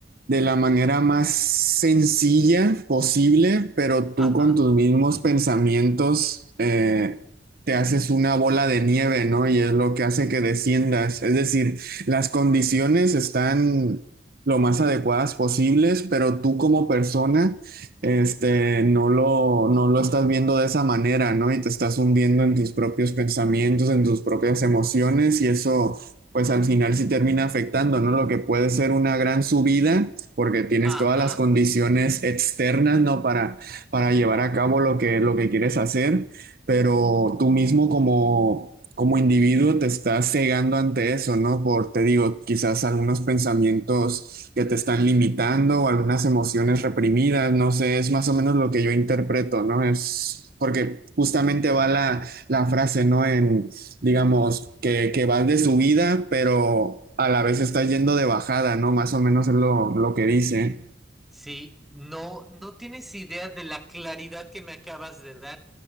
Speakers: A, on the right (about 55°); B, in the centre.
A: de la manera más sencilla posible, pero tú
B: Ajá,
A: con tus mismos pensamientos eh, te haces una bola de nieve, ¿no? Y es lo que hace que desciendas. Es decir, las condiciones están lo más adecuadas posibles, pero tú como persona este, no lo, no lo estás viendo de esa manera, ¿no? Y te estás hundiendo en tus propios pensamientos, en tus propias emociones y eso, pues al final sí termina afectando, ¿no? Lo que puede ser una gran subida porque tienes
B: ajá.
A: todas las condiciones externas, ¿no? Para, para llevar a cabo lo que, lo que quieres hacer pero tú mismo como, como individuo te estás cegando ante eso, ¿no? Por, te digo, quizás algunos pensamientos que te están limitando o algunas emociones reprimidas, no sé, es más o menos lo que yo interpreto, ¿no? Es porque justamente va la, la frase, ¿no? En, digamos, que, que vas de subida, pero a la vez estás yendo de bajada, ¿no? Más o menos es lo, lo que dice.
B: Sí, no, no tienes idea de la claridad que me acabas de dar.